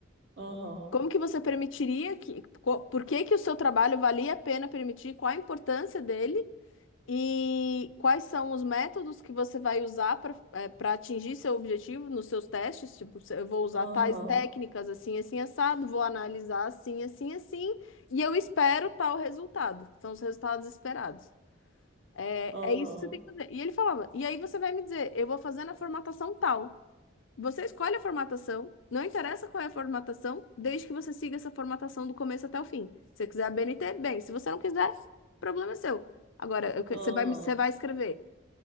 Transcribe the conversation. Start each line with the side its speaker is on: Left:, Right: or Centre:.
Right: aham,
Left: Como que você permitiria que, co- por que que o seu trabalho valia a pena permitir, qual a importância dele? E quais são os métodos que você vai usar para para atingir seu objetivo nos seus testes? Tipo, se eu vou usar
Right: aham,
Left: tais técnicas assim, assim, assado, vou analisar assim, assim, assim, e eu espero tal resultado, que são os resultados esperados. É,
Right: aham,
Left: é isso que você tem que fazer. E ele falava, e aí você vai me dizer, eu vou fazer na formatação tal. Você escolhe a formatação, não interessa qual é a formatação, desde que você siga essa formatação do começo até o fim. Se você quiser a BNT, bem, se você não quiser, problema é seu. Agora, eu que-
Right: aham,
Left: você vai, me- você vai escrever